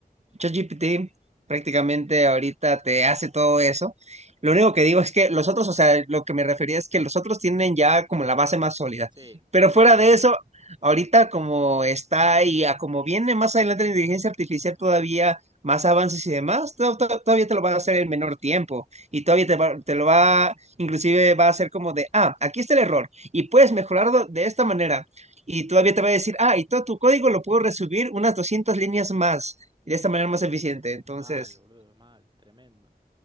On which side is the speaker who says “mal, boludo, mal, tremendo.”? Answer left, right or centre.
Right